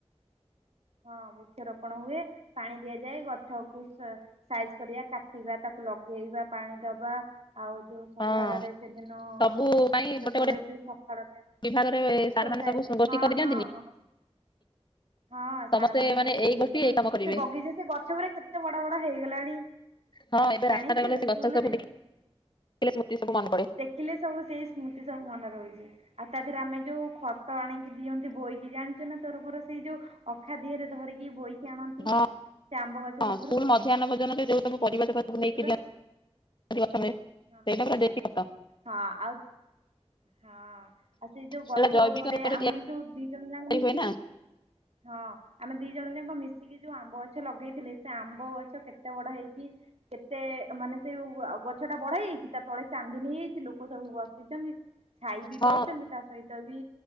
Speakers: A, on the right; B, on the left.
A: ହଁ ବୃକ୍ଷରୋପଣ ହୁଏ ପାଣି ଦିଆଯାଏ ଗଛ କୁ ସ୍ ସାଇଜ କରିବା କାଟିବା ତାକୁ ଲଗେଇବା ପାଣି ଦବା ଆଉ ଯୋଉ ସକାଳରେ
B: ହଁ
A: ସେଦିନ
B: ସବୁ
A: ସେତେବେଳେ
B: ପାଇଁ ଗୋଟେ ଗୋଟେ
A: ଯୋଉ ସକାଳ ଥାଏ
B: ବିଭାଗରେ
A: ଏକ୍ସସାଇ
B: ସାର୍ ମାନେ ସବୁ ଗୋଷ୍ଠୀ
A: ହଁ
B: କରିଦିଅନ୍ତିନି
A: ହଁ ହଁ। ହଁ
B: ସମସ୍ତେ
A: ସାର ମାନେ ସବୁ
B: ଏଇ
A: ଇଏ
B: ଗୋଷ୍ଠୀ
A: କରନ୍ତି
B: ଏଇ କାମ କରିବେ
A: ସେ ବଗିଚା ସେ ଗଛ ଗୁଡ଼ା କେତେ ବଡ ବଡ ହେଇଗଲାଣି।
B: ହଁ ଏବେ
A: ଜାଣିଛୁ
B: ରାସ୍ତାରେ ଗଲେ ସେ
A: ସ୍କୁଲରେ
B: ଗଛ ସବୁ ଦେଖିଲେ ସ୍ମୃତି ସବୁ ମନେ ପଡେ।
A: ଦେଖିଲେ ସବୁ ସେଇ ସ୍ମୃତି ସବୁ ମନେ ରହୁଛି ଆଉ ତା ଦେହରେ ଆମେ ଯୋଉ ଖତ ଆଣିକି ଦିଅନ୍ତି ବୋହିକି ଜା ତୋର ମୋର ସେଇ ଯୋଉ ଅଖା ଦିହରେ ଧରିକି ବହିକି ଆଣନ୍ତି।
B: ହଁ
A: ସେ ଆମ୍ବ ଗଛ
B: ହଁ
A: ପାଖରୁ।
B: ସ୍କୁଲ ମଧ୍ୟାହ୍ନ ଭୋନରେ
A: ହଁ।
B: ଯେଉଁ ସବୁ ପରିବା ତକ
A: ସ୍କୁଲର
B: ନେଇକି ଦି। ଆିକ ସମୟ ସେଇଟା
A: ହଁ
B: ଦେଶୀ ଖତ।
A: ହଁ ଆଉ ହଁ ଆଉ ସେଇ ଯୋଉ
B: ସେଇଟା
A: ଗଛ
B: ଜୈବିକ
A: ଗୋଟେ
B: ରୂପରେ
A: ଆମେ ଯୋଉ ଦି ଜଣ
B: ତିଆରି
A: ଯାକ ମିଶିକି
B: ହୁଏ ନା
A: ହଁ। ଆମେ ଦି ଜଣ ଯାକ ମିଶିକି ଯୋଉ ଆମ୍ବ ଗଛ ଲଗେଇଥିଲେ ସେ ଆମ୍ବ ଗଛ କେତେ ବଡ ହେଇକି କେତେ ମାନେ ସେଇ ଗଛ ଟା ବଡ ହେଇଯାଇଚି ତା ତଳେ ଚାନ୍ଦିନି ହେଇ କିଛି ଲୋକ ସବୁ ବସିଛନ୍ତି। ଛାଇ ବି
B: ହଁ
A: ପାଉଛନ୍ତି ତା ସହିତ ବି